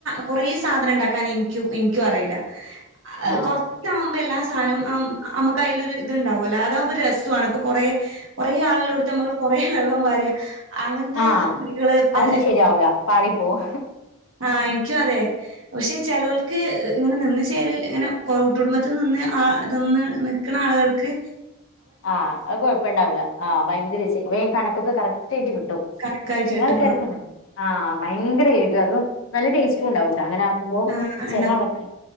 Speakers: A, on the right; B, on the left.
A: കൊറേ സാധനണ്ടാക്കാൻ ഇൻക്കും ഇൻക്കും അറീല്ല. അഹ്
B: ആ
A: കൊർ ച്ചാവുമ്പോ എല്ലാ സാനോം അമ്മക്ക് അയിലൊരു ത്ണ്ടാവല്ലോ അതാവുമ്പോ രസ്സൊണ് പ്പൊ കൊറെ. കുറെ ആള്ള്ളോട്ത്ത് മ്മള് കൊറേ വെള്ളം പാരാ. അങ്ങനത്തെ
B: ആ
A: പണികള് പ
B: അതൊന്നും ശരിയാവൂല പാളിപ്പോവും
A: ആഹ് എനിക്കും അതെ. പക്ഷേ ചെലോൽക്ക് ഇങ്ങനെ നിന്ന് ചേല് ഇങ്ങനെ കുട്ടുടുംബത്ത്നിന്ന് ആഹ് നിന്ന് നി ക്കണ ആള്കൾക്ക്.
B: ആഹ് അഹ് കൊഴപ്പണ്ടാവൂലാ. ആഹ് ഭയങ്കര ഈസ്യേര്ക്കും വേ കണക്കൊക്കെ കറക്റ്റായിട്ട് കിട്ടും
A: കണക്കായിട്ട്
B: ചെല
A: കിട്ടും.
B: ആൾക്കാര്ക്ക്.
A: ആഹ്
B: ആഹ് ഭയങ്കരേര്ക്കും അത് നല്ല ടേസ്റ്റും ഉണ്ടാവുട്ടോ അങ്ങനെ മ്പോ
A: ആഹ്
B: ചെല ആളൊക്കെ